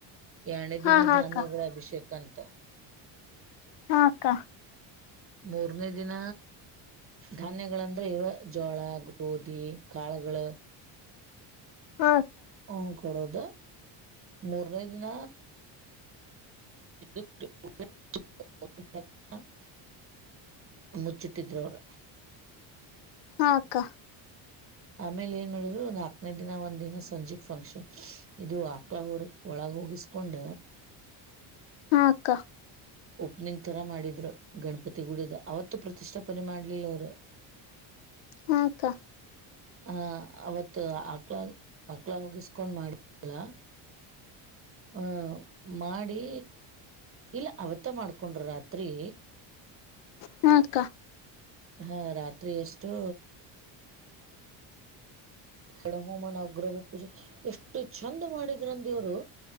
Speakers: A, on the right (about 30°); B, on the left (about 65°).
A: ಎಣೆ
B: ಹಾ
A: ದಿನ
B: ಅಕ್ಕ ಹಾ ಅಕ್ಕ ಹಾ ಹಾ
A: ಧಾನ್ಯಗಳ
B: ಅಕ್ಕ
A: ಅಭಿಷೇಕ ಅಂತ
B: ಹಾ ಅಕ್ಕಾ.
A: ಮೂರನೇ ದಿನ ಧಾನ್ಯಗಳಂದ್ರೆ ಇವ ಜೋಳ ಗೋಧಿ ಕಾಳಗಳು
B: ಹಾ
A: ಹ್ಮ ಕೊಡೋದು ಮೂರನೇ ದಿನ <unintelligible> ಮುಚ್ಚಿಟ್ಟಿದ್ರವ್ರ
B: ಹಾ ಅಕ್ಕ
A: ಆಮೇಲೆ ಏನ್ ಮಾಡಿದ್ರು ಒಂದ್ ನಾಕನೇ ದಿನ ಒಂದ್ ದಿನ ಸಂಜೆಕ್ ಫಂಕ್ಷನ್ ಇದು ಆಕ್ಲ ಊರ್ ಒಳಗೋಗಿಸಕೊಂಡ
B: ಹಾ ಅಕ್ಕ
A: ಓಪನಿಂಗ್ ತರ ಮಾಡಿದ್ರು ಗಣಪತಿ ಗುಡ್ದ ಅವತ್ತು ಪ್ರತಿಷ್ಠಾಪನೆ ಮಾಡ್ಲಿಲ್ಲ ಅವರು <inaudible>
B: ಹ್ಮ್ ಅಕ್ಕ
A: ಹ ಅವತ್ ಆಕ್ಲ ಆಕ್ಲ ಹೋಗಿಸಕೊಂಡ್ ಮಾಡಲ್ಲ ಹ ಮಾಡಿ ಇಲ್ಲ ಅವತ್ತ ಊಟ ಮಾಡ್ಕೊಂಡ್ರ ರಾತ್ರಿ
B: ಹ್ಮ್ ಅಕ್ಕ
A: ಹಾ ರಾತ್ರಿ ಎಷ್ಟು ಎಣ ಹೋಮಾನಗ್ರಹ ಪೂಜೆ ಎಷ್ಟು ಚೆಂದ ಮಾಡಿದ್ರಂದ ದವರು